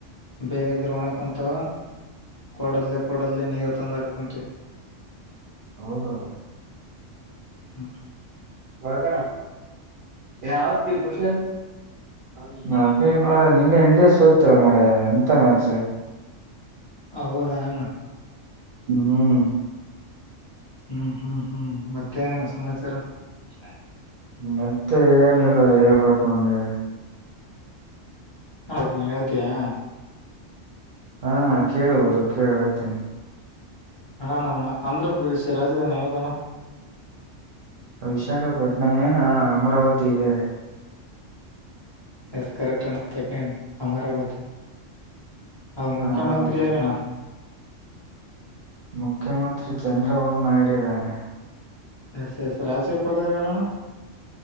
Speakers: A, on the left (about 35°); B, on the right (about 55°).
A: ಬೇರೆಿದ್ರ ಒಣಕಂತು ಕೊಡಲ್ಲೇ ಕೊಡಲ್ಲೇ ನೀರು ತಂದಕ ಕುಂತೆ
B: ಹೌದೌದು
A: ಹ್ಮ
B: ಬಣ ಯ ಆತಿ ಕುಷನೆ ಅಿ ಮರ ನಿನ್ನೆ ಇಂಡಿಯಾ ಸೋತತಿಲ್ಲ ಮರ ಎಂತ ಮ್ಯಾಚ್
A: ಹೌ ರಣ
B: ಹ್ಮ್
A: ಹ್ಮ್ ಹ್ಮ್ ಹ್ಮ್ ಮತ್ತ್ಯಾನಾನ ಸಮಾಚಾರ ಶ
B: ಮತ್ತೆ ಏನಿಲ್ಲ ಹೇಳ್ಬೇಕು ನೋಡ್ ನೀವ್
A: ನತೀನಿ ನಳ್ತಿಯಾ
B: ಹಾ ಕೇಳ ಬರು ಕೇಳ ಹೇಳ್ತೇನೆ
A: ಅಣ್ಣ ನಮ್ಮ ಆಂಧ್ರ ಪ್ರದೇಶ ರಾಜಧಾನಿ ಯಾವ್ದಣ್ಣ
B: ವಿಶಾಖಪಟ್ಟಣಮೇಏನ ಅಮರಾವತಿ ಇದೆ
A: ಎಸ್ ಕರೆಕ್ಟ್ ಸೆಕೆಂಡ ಅಮರಾವತಿ
B: ಹಾ,
A: ಅದು ಮುಖ್ಯಮಂತ್ರಿಯಾರಣ್ಣ
B: ಅಮರಾವತಿ ಮುಖ್ಯಮಂತ್ರಿ ಚಂದ್ರಬಾಬು ನಾಯ್ಡು ಇದ್ದಾನೆ
A: ಎಸ್ ಎಸ್ ರಾಜಚಪ್ಪಾಲರರಣ